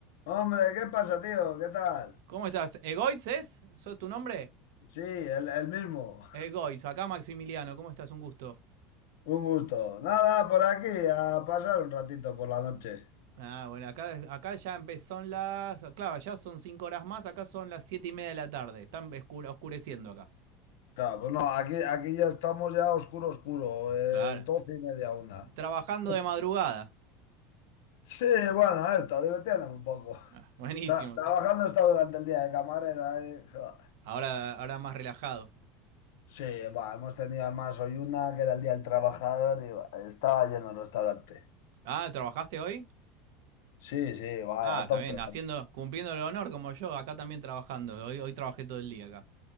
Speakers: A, on the left; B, on the right.
A: Hombre, ¿qué pasa, tío? ¿Qué tal?
B: ¿Cómo estás? ¿Egoitz es? ¿Sos tu nombre?
A: Sí, el, el mismo.
B: Egoitz, acá Maximiliano, ¿cómo estás? Un gusto.
A: Un gusto. Nada, por aquí, a pasar un ratito por la noche.
B: Ah, bueno, acá, acá ya empezaron las. Claro, ya son cinco horas más, acá son las siete y media de la tarde. Están oscureciendo acá.
A: Claro, pues no, aquí, aquí ya estamos ya oscuro, oscuro, eh,
B: Claro.
A: doce y media una.
B: Trabajando
A: <laughs>
B: de madrugada.
A: Sí, bueno, esto, divirtiéndome un poco.
B: Ah, buenísimo.
A: Tra- trabajando esto durante el día de camarera. eh, joder.
B: Ahora, ahora más relajado.
A: Sí, bueno, hemos tenido además hoy una que era el día del trabajador y buah, estaba lleno el restaurante.
B: Ah, ¿trabajaste hoy?
A: Sí, sí, vaya,
B: Ah,
A: a
B: está
A: tope.
B: bien, haciendo, cumpliendo el honor como yo, acá también trabajando. Hoy, hoy trabajé todo el día acá.